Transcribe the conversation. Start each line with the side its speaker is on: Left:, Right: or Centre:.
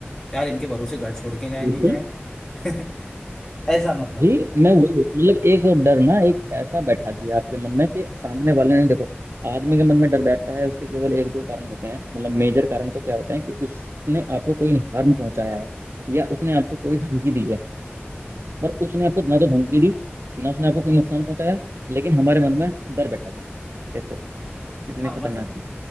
Left: यार इनके भरोसे घर छोड़ के जाए
Right: बिल्कुल
Left: नहीं जाए <laughs> ऐसा
Right: भाई
Left: मतलब
Right: मैं वही बोल- मतलब एक डर ना एक ऐसा बैठा दिया आपके मन में कि सामने वाले ने देखो आदमी के मन में डर बैठता है उसके केवल एक दो कारण होते हैं मतलब मेजर कारण तो क्या होते हैं कि उसने आपको कोई हार्म पहुंचाया है या उसने आपको कोई धमकी दी है पर उसने आपको ना तो धमकी दी ना उसने आपको कोई नुकसान पहुंचाया लेकिन हमारे मन में डर बैठा दिया देखो कितनी
Left: हाँ
Right: खतरनाक
Left: मतलब
Right: चीज